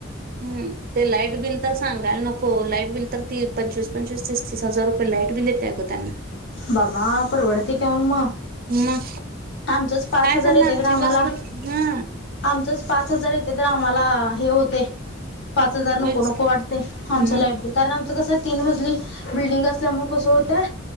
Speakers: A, on the right; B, on the left.
A: हम्म ते लाईट बिल तर सांगायला नको लाईट बिल तर ती पंचवीस पंचवीस तीस तीस हजार रुपये लाईट बिल येतय अग त्यांना.
B: बाबा परवडतय काय व म
A: मग
B: आमचच पाच
A: काय
B: हजार
A: करणार
B: येतय आम्हाला
A: दिवसभर हा
B: आमचच पाच हजार येतय आम्हाला हे होतय पाच हजार नको
A: होयच
B: नको
A: की
B: वाटतय आमचं
A: मग
B: लाईट बिल कारण आमचं कसं तीन मजली बिल्डिंग असल्यामुळ कसं होतय